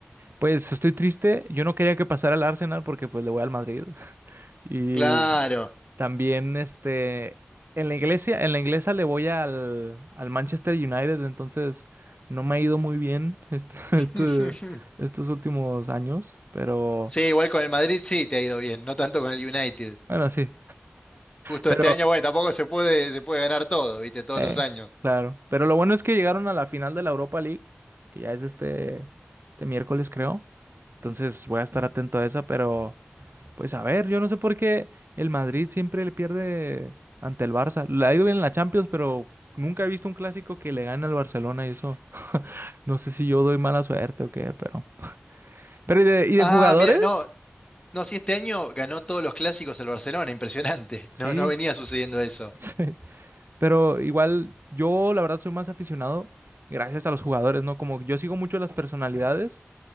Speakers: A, on the right; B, on the left.
A: pues estoy triste, yo no quería que pasara al Arsenal porque pues le voy al Madrid. <laughs> Y
B: Claro.
A: también este en la iglesia, en la inglesa le voy al, al Manchester United, entonces no me ha ido muy bien est- <laughs> este-
B: <laughs>
A: estos últimos años, pero
B: Sí, igual con el Madrid sí te ha ido bien, no tanto con el United.
A: bueno, sí.
B: Justo
A: Pero
B: este año, bueno, tampoco se puede, se puede ganar todo, ¿viste? Todos
A: Eh,
B: los años.
A: claro. Pero lo bueno es que llegaron a la final de la Europa League, que ya es este, este miércoles, creo. Entonces voy a estar atento a esa, pero pues a ver, yo no sé por qué el Madrid siempre le pierde ante el Barça. Le ha ido bien en la Champions, pero nunca he visto un clásico que le gane al Barcelona y eso. <laughs> No sé si yo doy mala suerte o qué, pero. Pero ¿y de, y de
B: Ah,
A: jugadores?
B: mira, no, no, sí, este año ganó todos los clásicos el Barcelona, impresionante.
A: Sí,
B: No, no venía sucediendo eso.
A: <laughs> sí. Pero igual yo la verdad soy más aficionado gracias a los jugadores, ¿no? Como yo sigo mucho las personalidades.